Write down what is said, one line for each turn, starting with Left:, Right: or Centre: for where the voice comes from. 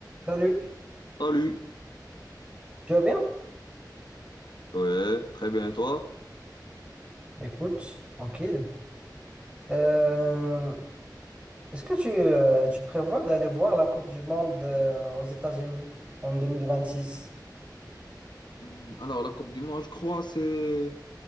Right: Salut,
Left: Salut.
Right: tu vas bien?
Left: Ouais, très bien, et toi?
Right: Écoute, tranquille. Euh, est-ce que tu, euh, tu prévois d'aller voir la Coupe du Monde euh, aux États-Unis en 2026?
Left: Hum, Alors, la Coupe du Monde, je crois, c'est